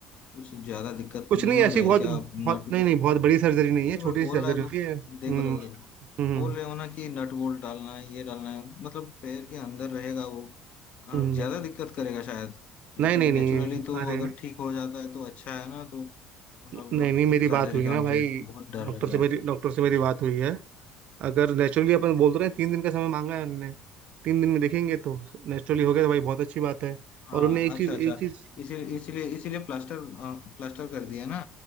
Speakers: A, on the left (about 55°); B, on the right (about 55°).
A: कुछ ज्यादा दिक्कत
B: कुछ
A: नहीं
B: नहीं
A: हो
B: ऐसी
A: जाए
B: बहुत
A: क्या
B: बहुत
A: नाटू
B: नहीं
A: को
B: नहीं बहुत बड़ी सर्जरी
A: तो
B: नहीं है छोटी
A: मैं बोल
B: सी सर्जरी
A: रहा है बोल
B: होती है हम्म
A: देखो देखो देखो
B: हम्म
A: बोल रहे हो ना कि नट बोल्ट डालना है ये डालना है मतलब पैर के अंदर रहेगा वो आ,
B: हम्म।
A: ज्यादा दिक्कत करेगा शायद जैसे
B: नहीं नहीं
A: कि नेचुरली
B: नहीं
A: तो
B: अरे
A: अगर ठीक हो जाता है तो अच्छा है ना तो मतलब
B: नहीं नहीं मेरी
A: सर्जरी
B: बात हुई
A: का
B: ना
A: मुझे
B: भाई
A: बहुत डर
B: डॉक्टर
A: लग
B: से
A: रहा
B: मेरी
A: है
B: डॉक्टर से मेरी बात हुई है अगर नेचुरली अपन बोल तो रहे हैं तीन दिन का समय मांगा है उनने तीन दिन में देखेंगे तो नेचुरली हो गया तो भाई बहुत अच्छी बात है
A: हाँ
B: और उनने एक
A: अच्छा
B: चीज
A: अच्छा
B: एक चीज
A: इसी इसीलिए इसीलिए प्लास्टर आ, प्लास्टर कर दिया ना